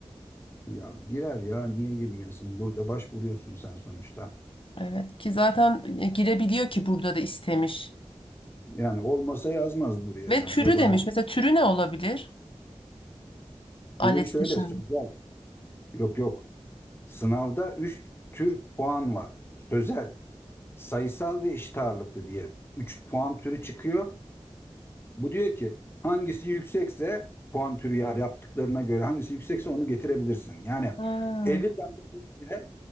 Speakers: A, on the left; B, on the left.
A: Ya girer ya niye girmiyorsun? Burada başvuruyorsun sen sonuçta.
B: Evet ki zaten e, girebiliyor ki burada da istemiş.
A: Yani olmasa yazmaz buraya
B: Ve
A: yani
B: türü
A: yabancı.
B: demiş. Mesela türü ne olabilir?
A: Türü
B: ALES
A: şöyle
B: dışında.
A: sözel. Yok yok. Sınavda 3 tür puan var. Sözel, sayısal ve eşit ağırlıklı diye. üç puan türü çıkıyor. Bu diyor ki hangisi yüksekse puan türü yani yaptıklarına göre hangisi yüksekse onu getirebilirsin. Yani
B: Ha,
A: 50 tane